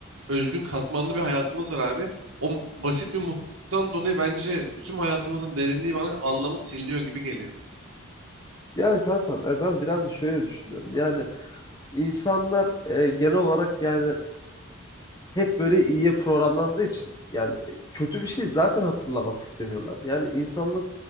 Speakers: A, on the right (about 80°); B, on the left (about 20°).
A: özgün, katmanlı bir hayatımız var abi. O m- basit bir mutluluktan dolayı bence tüm hayatımızın derinliği bana anlamı siliniyor gibi geliyor.
B: Yani kanka e, ben biraz da şöyle düşünüyorum. Yani insanlar e, genel olarak yani hep böyle iyiye programlandığı için yani e, kötü bir şey zaten hatırlamak istemiyorlar. Yani insanlık